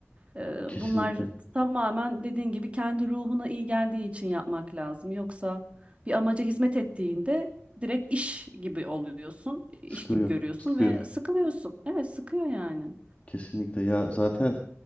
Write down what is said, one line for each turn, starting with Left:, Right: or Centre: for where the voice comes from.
Right: Eee,
Left: Kesinlikle.
Right: bunlar tamamen dediğin gibi kendi ruhuna iyi geldiği için yapmak lazım. Yoksa bir amaca hizmet ettiğinde direkt iş gibi oluyorsun, iş
Left: Sıkıyor.
Right: gibi görüyorsun
Left: Sıkıyor.
Right: ve sıkılıyorsun. Evet, sıkıyor yani.
Left: Kesinlikle ya zaten